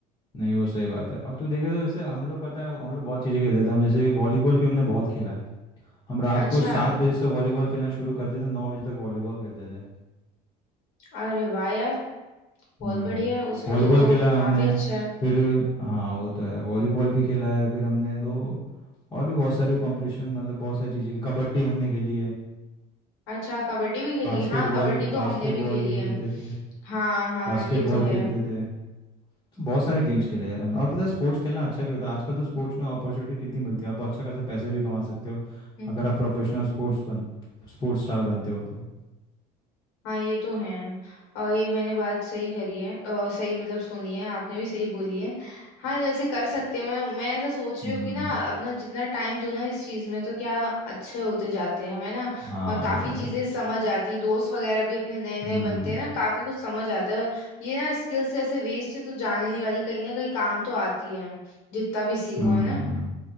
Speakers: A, on the left (about 20°); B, on the left (about 85°).
A: नहीं वो सही बात है और तू देखे तो जैसे हम लोग पता है हम लोग बहुत चीज़ें खेलते थे हम जैसे वॉलीबॉल भी हमने बहुत खेला है हम रात
B: अच्छा
A: को सात बजे से वॉलीबॉल खेलना शुरू करते थे नौ बजे तक वॉलीबॉल खेलते थे
B: अरे वाह यार बहुत
A: हम्म
B: बढ़िया है उसमें
A: वॉलीबॉल
B: तो
A: खेला
B: काफी
A: हमने
B: अच्छा है
A: फिर हाँ वो तो है वॉलीबॉल भी खेला है फिर हमने दो और भी बहुत सारे कंपटीशन मतलब बहुत सारी चीज़ें की कबड्डी हमने खेली है
B: अच्छा कबड्डी भी खेली
A: बास्केटबॉल
B: है? हाँ कबड्डी तो
A: बास्केटबॉल
B: हमने भी खेली
A: भी
B: है
A: खेलते थे
B: हाँ हाँ
A: बास्केटबॉल
B: ये तो है
A: खेलते थे बहुत सारे गेम्स खेले यार हमने और पता है स्पोर्ट्स खेलना अच्छा भी होता है आजकल तो स्पोर्ट्स में अपॉर्चुनिटी कितनी मिलती है आप अच्छा खासा पैसे भी कमा सकते हो
B: हम्म
A: अगर आप प्रोफेशनल स्पोर्ट्स बन स्पोर्ट्स स्टार बनते हो तो
B: हाँ ये तो है और ये मैंने बात सही करी है अ, सही मतलब सुनी है आपने भी सही बोली है हाँ जैसे कर सकते हैं मैं मैं ऐसा सोच रही
A: हम्म
B: हूँ कि ना अपना जितना टाइम दो ना इस चीज़ में तो क्या अच्छे होते जाते हैं हमें ना
A: हाँ
B: और काफ़ी
A: वो तो
B: चीज़ें
A: है
B: समझ आती दोस्त वगैरह भी अपने नए नए
A: हम्म
B: बनते हैं ना काफ़ी कुछ समझ आता है और ये ना स्किल्स ऐसे वेस्ट है तो जाने नहीं वाली कहीं ना कहीं काम तो आती है जितना भी सीखो
A: हम्म
B: है ना